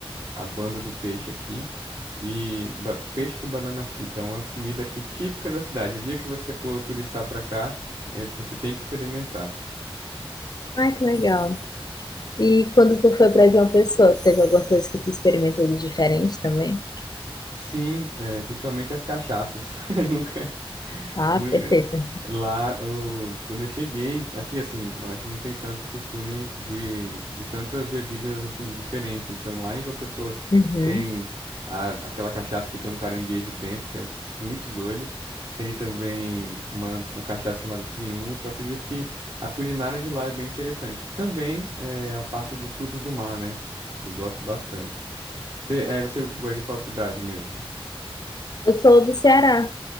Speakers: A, on the right; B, on the left.
A: a, a banda do peixe aqui. E ba- peixe com banana frita, é uma comida aqui típica da cidade. O dia que você for turistar pra cá, eh, você tem que experimentar.
B: Ai, que legal. E quando tu foi para João Pessoa, teve alguma coisa que tu experimentou de diferente também?
A: Sim, é, principalmente as cachaças. <laughs> Nunca,
B: Ah,
A: nunca-
B: perfeita.
A: nu- lá, o- quando eu cheguei, aqui assim, a gente não tem tanto costume de, de tantas bebidas assim diferentes. Então lá em João Pessoa
B: Uhum.
A: tem a- aquela cachaça que tem um caranguejo dentro, que é muito doida. Tem também uma, uma cachaça chamada Triunfo. Eu acredito que a culinária de lá é bem interessante. Também é, a parte dos frutos do mar, né? Que eu gosto bastante. Você, é, você gosta de qual cidade mesmo?
B: Eu sou do Ceará,